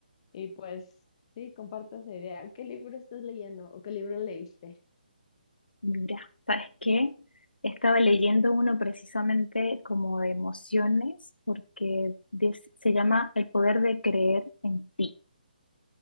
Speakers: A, on the left; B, on the left.
A: Y pues sí, comparto esa idea. ¿Qué libro estás leyendo o qué libro leíste?
B: Mira, ¿sabes qué? Estaba leyendo uno precisamente como de emociones, porque des- se llama El poder de creer en ti.